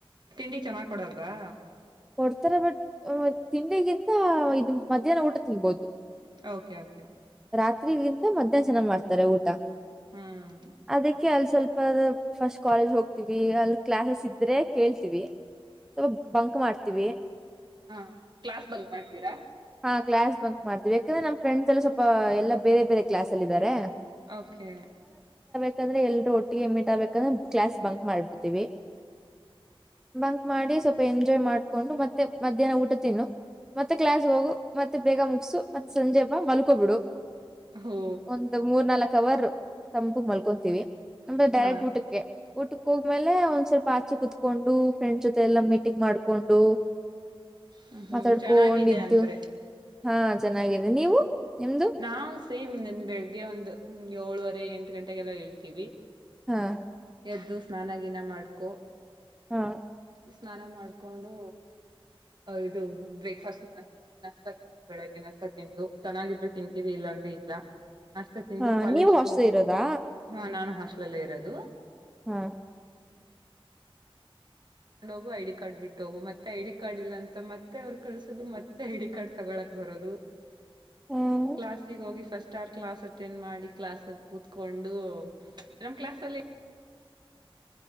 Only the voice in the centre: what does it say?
ಕೊಡ್ತಾರೆ ಬಟ್ ಹ್ಮ್. ತಿಂಡಿಗಿಂತ ಇದ್ ಮಧ್ಯಾಹ್ನ ಊಟ ತಿನ್ಬೊದು.
ರಾತ್ರಿಗಿಂತ ಮಧ್ಯಾಹ್ನ ಚೆನ್ನಾಗಿ ಮಾಡ್ತಾರೆ ಊಟ.
ಅದಕ್ಕೆ ಅಲ್ಲಿ ಸ್ವಲ್ಪ. ಫಸ್ಟ್ ಕಾಲೇಜ್ ಹೋಗ್ತೀವಿ ಅಲ್ಲಿ ಕ್ಲಾಸಸ್ ಇದ್ರೆ ಕೇಳ್ತೀವಿ ಸೊ ಬಂಕ್ ಮಾಡ್ತೀವಿ.
ಹಾ ಕ್ಲಾಸ್ ಬಂಕ್ಮಾಡ್ತೀವಿ ಯಾಕಂದ್ರೆ ನಮ್ಮ ಫ್ರೆಂಡ್ ಎಲ್ಲ ಸ್ವಪ ಎಲ್ಲ ಬೇರೆ ಬೇರೆ ಕ್ಲಾಸ್ಲ್ಲ ಇದಾರೆ.
ಯಾಕಂದ್ರೆ ಎಲ್ರು ಒಟ್ಟಿಗೆ ಎಮಿಟ್ ಆಬೇಕಂದ್ರೆ ಕ್ಲಾಸ್ ಬಂಕ್ ಮಾಡ್ಬಡ್ತತಿವಿ. ಬಂಕ್ ಮಾಡಿ ಸ್ವಲ್ಪ ಎಂಜಾಯ್ ಮಾಡ್. ಹಕೊಂಡು ಮತ್ತೆ ಮ್ಯಾಹ್ನ ಊಟ. ತಿನ್ನು ಮತ್ತೆ ಕ್ಲಾಸ್ ಹೋಗು ಮತ್ತೆ ಬೇಗ ಮುಗಸು ಮತ್ತೆ ಸಂಜೆ ಬಾ ಮಲ್ಕೋಬಿಡು.
ಒಂದು ಮೂರ್ ನಾಲ್ಕ ಅವರ್. ತಂಪಗ್ ಮಲ್ಕೊಂತೀವಿ. ಮುಂದೆ ಡೈರೆಕ್ಟ್
ಊಟಕ್ಕೆ ಊಟಕ್ಕೆ ಹೋಗ್ಮೇಲೆ ಒಂದ್ ಸ್ವಲ್ಪ ಆಚೆ ಕುೂತ್ಕೊಂಡು ಫ್ರೆಂಡ್ಸ್ ಜೊತೆ ಎಲ್ಲ ಮೀಟಿಂಗ್ ಮಾಡ್ಕೊಂಡು.
ಮಾತಾಡ್ಕೊಂಡಿದ್ದು
ಹಾ ಚೆನ್ನಾಗಿದೆ ನೀವು. ನಿಮ್ದು
ಹಾ.
ಹಾ.
ಹಾ
ನೀವು ಹಾಸ್ಟೆಲ್
ಇರೋದಾ
ಹಾ
ಹ್ಮ್